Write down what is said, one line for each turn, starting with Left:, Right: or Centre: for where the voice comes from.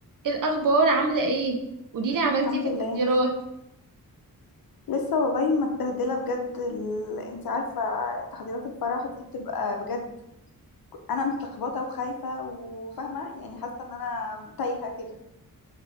Right: ايه الاخبار عامله ايه قوليلي عملتي
Left: الحمد
Right: ايه في التحضيرات
Left: لله لسه والله متبهدله بجد ال... انت عارفه تحضيرات الفرح دي بتبقى بجد انا متلخبطه وخايفه وفاهمه يعني حاسه ان انا تايهه كده